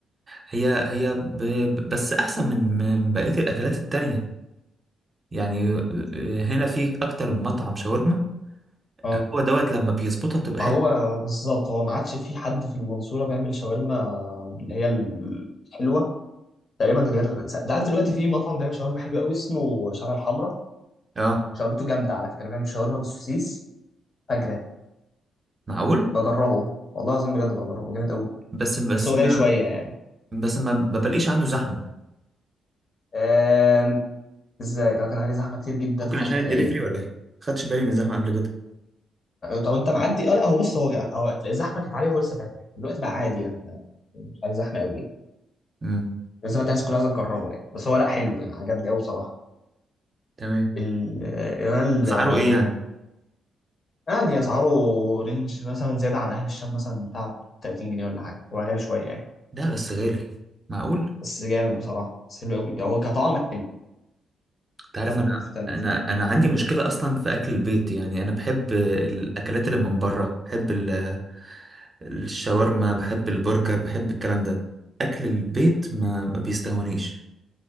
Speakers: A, on the right; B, on the left.
A: هي هي ب... ب- بس احسن من من بقيه الاكلات التانية يعني آه، هنا في اكتر من مطعم شاورما
B: اه
A: هو دوت لما بيظبطها بتبقى
B: ما
A: حلوه
B: هو بالظبط هو ما عادش في حد في المنصورة بيعمل شاورما اللي هي ال- الحلوة تقريبا غير س- ده عارف دلوقتي في مطعم بيعمل شاورما حلوة قوي اسمه شارع الحمراء
A: اه
B: شاورمته جامدة على فكرة بيعمل شاورما بالسوسيس فجرة
A: معقول
B: بجربه والله العظيم بجد بجربه جامد قوي
A: بس بس
B: بس هو
A: ما
B: غالي شوية يعني
A: بس ما ما بلاقيش عنده زحمه
B: أم... ازاي ده كان عليه زحمة كتير جدا
A: ممكن
B: في فترة
A: عشان الدليفري
B: العيد
A: ولا ايه خدتش بالي من الزحمه قبل كده
B: طب انت معدي اه لا هو بص هو هو هتلاقي الزحمة كانت عليه هو لسه فاتح دلوقتي بقى عادي يعني ما- مش عليه زحمة قوي
A: امم
B: لسه فاتح الناس كلها عايزة تجربه يعني بس هو لا حلو يعني عجبني قوي بصراحة
A: تمام
B: ال- الريال
A: اسعاره
B: آه،
A: ايه يعني
B: يعني اسعاره رينج مثلا زياده عن اهل الشام مثلا بتاع 30 جنيه ولا حاجه هو غالي شويه يعني
A: ده بس غالي معقول
B: بس جامد بصراحه بس حلو قوي يعني، هو كطعم حلو
A: انت عارف
B: طعم
A: انا
B: مختلف
A: انا
B: يعني
A: انا عندي مشكله اصلا في اكل البيت يعني انا بحب الاكلات اللي من بره بحب ال- الشاورما بحب البرجر بحب الكلام ده اكل البيت ما ما بيستهونيش